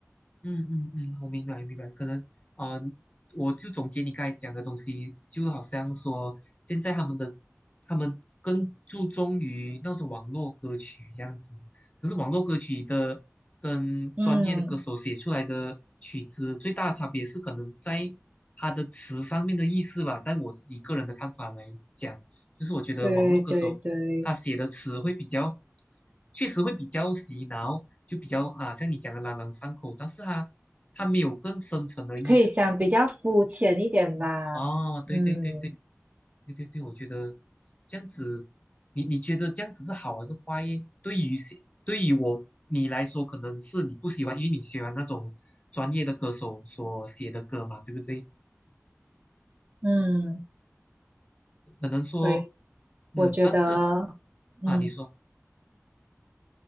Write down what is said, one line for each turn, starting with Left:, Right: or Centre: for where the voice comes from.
Left: 嗯嗯嗯，我明白明白，可能呃，我就总结你刚才讲的东西，就好像说现在他们的他们更注重于那种网络歌曲这样子，可是网络歌曲的跟专业的歌手写出来的曲子最大的差别是可能在他的词上面的意思吧，
Right: 嗯，
Left: 在我自己个人的看法来讲，就是我觉得网络歌手他写的词会比较，
Right: 对对对，
Left: 确实会比较洗脑，就比较啊，像你讲的朗朗上口，但是他他没有更深层的意思。
Right: 可以讲比较肤浅一点吧。
Left: 哦，对对对对
Right: 嗯
Left: 对对对，我觉得这样子，你你觉得这样子是好还是坏耶？对于谁，对于我你来说，可能是你不喜欢，因为你喜欢那种专业的歌手所写的歌嘛，对不对？
Right: 嗯，
Left: 可能说，
Right: 对，
Left: 嗯，
Right: 我觉得，
Left: 但是啊，
Right: 嗯，
Left: 你说，